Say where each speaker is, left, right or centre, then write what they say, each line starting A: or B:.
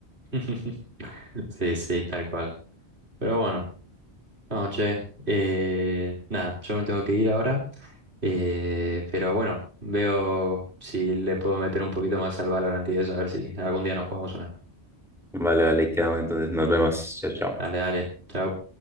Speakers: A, on the right; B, in the centre.
A: <laughs> Sí, sí, tal cual. Pero bueno. No, che, eh, nada, yo me tengo que ir ahora, eh, pero bueno, veo si le puedo meter un poquito más al Valorant y eso, a ver si algún día nos jugamos una.
B: Vale, vale, ahí quedamos entonces. Nos vemos. Chao, chao.
A: Dale, dale, chao.